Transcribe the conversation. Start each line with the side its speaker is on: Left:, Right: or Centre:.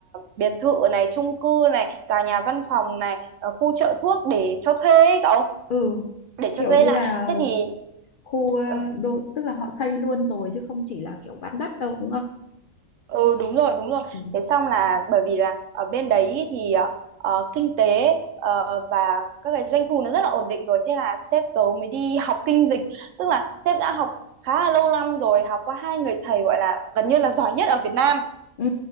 Right: biệt thự này chung cư này tòa nhà văn phòng này ờ, khu chợ thuốc để cho thuê ấy cậu
Left: ừ
Right: để cho
Left: kiểu
Right: thuê
Left: như
Right: lại
Left: là
Right: thế thì
Left: khu ờ,
Right: ừ,
Left: đô Tức là họ xây luôn rồi chứ không chỉ là kiểu bán đất đâu đúng không?
Right: Ừ đúng rồi đúng rồi
Left: Ừ
Right: thế xong là bởi vì là ở bên đấy ý thì ờ, ờ, kinh tế ờ, và các cái doanh thu nó rất là ổn định rồi thế là sếp tớ mới đi học kinh dịch tức là sếp đã học khá là lâu năm rồi học qua hai người thầy gọi là gần như là giỏi nhất ở Việt Nam
Left: Ừ